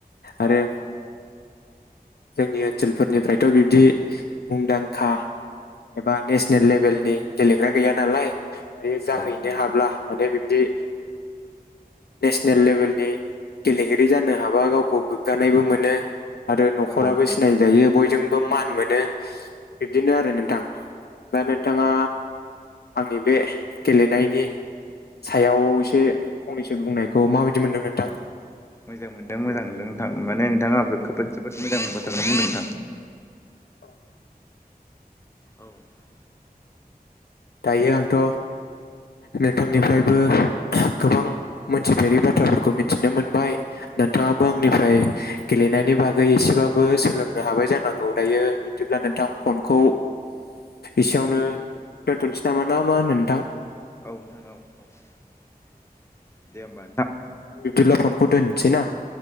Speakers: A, on the left (about 85°); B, on the left (about 15°).
A: आरो
B: नोंथां
A: जोंनि ओनसोलफोरनिफ्रायथ' बिब्दि मुंदांखा एबा नेसनेल लेभेलनि। गेलेग्रा गैया नालाय। बियो जाहैनो
B: औ
A: हाब्ला माने बिब्दि नेसनेल लेबेलनि गेलेगिरि जानो हाबा गावखौ गोग्गानायबो मोनो। आरो न'खराबो
B: औ
A: सिनायजायो बयजोंबो मान मोनो बिब्दिनो आरो नोंथां। दा
B: औ
A: नोंथाङा
B: नोंथां
A: आंनि बे गेलेनायनि सायाव एसे फंनैसो बुंनायखौ माबायदि मोनदों नोंथां?
B: मोजां मोनदों मोजां मोनदों नोंथां माने नोंथाङाबो जोबोद मोजां बाथ्राखौनो बुंदों नोंथां।
A: औ
B: औ औ
A: दायो आंथ' नोंथांनिफ्रायबो गोबां मोनथिफेरि बाथ्राफोरखौ मिथिनो मोनबाय। नोंथाङाबो
B: नोंथां
A: आंनिफ्राय गेलेनायनि बागै एसेबाबो सोलोंनो हाबाय जानांगौ दायो। बिदिब्ला नोंथां
B: औ
A: फनखौ एसेयावनो दोनथ'नोसै नामा ना मा होनो नोंथां?
B: औ नोंथां औ औ। दे होमबा
A: नोंथां बिबदिब्ला फनखौ दोन सैना।